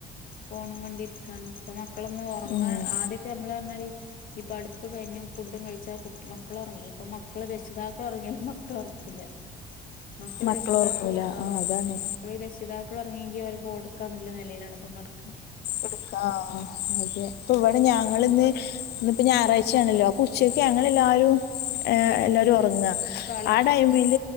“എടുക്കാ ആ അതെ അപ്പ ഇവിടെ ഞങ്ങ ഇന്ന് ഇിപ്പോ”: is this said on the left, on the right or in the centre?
Left